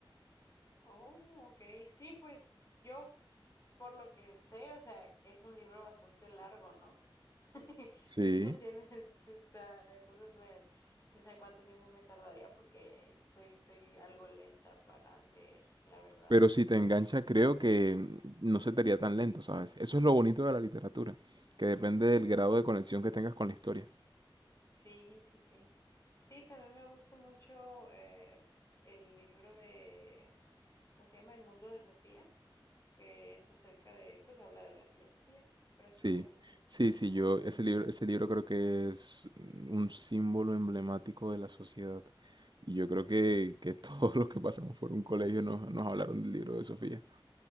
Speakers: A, on the left; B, on the right.
A: Oh, ok. Sí, pues yo, ps, por lo que sé, o sea, es un libro bastante largo, ¿no? <laughs>
B: Sí,
A: Tien- Tienes, este, está, entonces me, quién sabe cuánto tiempo me tardaría porque soy, soy algo lenta para leer, la verdad.
B: pero si te engancha creo
A: Mm.
B: que no se te haría tan lento, ¿sabes? Eso es lo bonito de la literatura, que depende del grado de conexión que tengas con la historia.
A: Sí, sí, sí. Sí, también me gusta mucho eh, el libro de, ¿cómo se llama? El mundo de Sofía, que es acerca de, pues habla de la filosofía, prácticamente,
B: Sí, sí,
A: es
B: sí,
A: el tema
B: yo,
A: principal.
B: ese libro, ese libro creo que es un símbolo emblemático de la sociedad. Y yo creo que, que <laughs> todos los que pasamos por un colegio nos, nos hablaron del libro de Sofía.